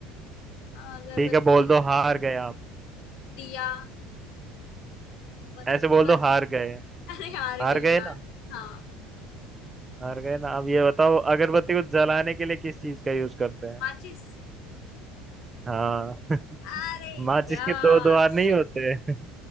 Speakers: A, on the left; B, on the right.
A: हाँ अगरबत्ती
B: ठीक है बोल दो हार गए आप
A: दिया और
B: ऐसे बोल
A: बस
B: दो हार गए
A: अरे हार
B: हार
A: गई
B: गए
A: यार
B: ना
A: हाँ
B: हार गए ना अब ये बताओ अगरबत्ती को जलाने के लिए किस चीज का यूज करते हैं
A: माचिस
B: हाँ <laughs>
A: अरे
B: माचिस
A: यार
B: के दो द्वार नहीं
A: शिट
B: होते <laughs>